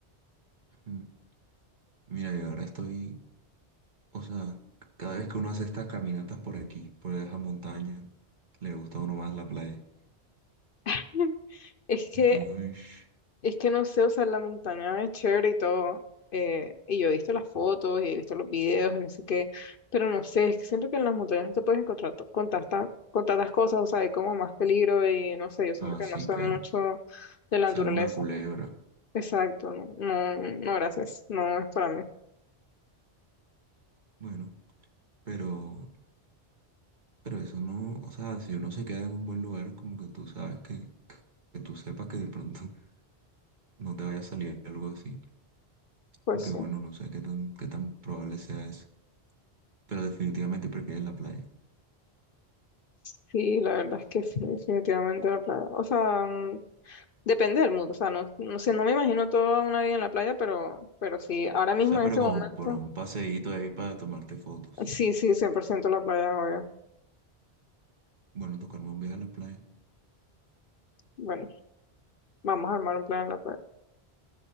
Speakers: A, on the right; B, on the left.
A: Mm. Mira, yo ahora estoy O sea, cada vez que uno hace estas caminatas por aquí, por esa montaña, le gusta a uno más la playa.
B: <laughs> Es que
A: Que, uish.
B: Es que no sé, o sea, la montaña es chévere y todo. eh, y yo he visto las fotos y he visto los videos y no sé qué, pero no sé, es que siento que en las montañas no te puedes encontrar to- con tantas, con tantas cosas, o sea, hay como más peligro y no sé, yo siento
A: Ah,
B: que
A: sí,
B: no sé
A: claro.
B: mucho de la
A: Es
B: naturaleza.
A: alguna culebra.
B: Exacto, no, no, no, gracias, no es para mí.
A: Bueno, pero, pero eso no, o sea, si uno se queda en un buen lugar, como que tú sabes que, que tú sepas que de pronto <laughs> no te vaya a salir algo así.
B: Pues
A: Aunque
B: sí,
A: bueno, no sé qué tan, qué tan probable sea eso. Pero definitivamente prefieres la playa.
B: Sí, la verdad es que sí, definitivamente la playa. O sea, mm, depende del mood, o sea, no, no sé, no me imagino toda una vida en la playa, pero, pero sí, ahora mismo
A: O sea,
B: en
A: pero
B: este
A: como
B: momento.
A: por un paseíto ahí para tomarte fotos.
B: Sí, sí, 100% la playa, obvio.
A: Bueno, tocarme un viaje a la playa.
B: Bueno, vamos a armar un plan en la playa.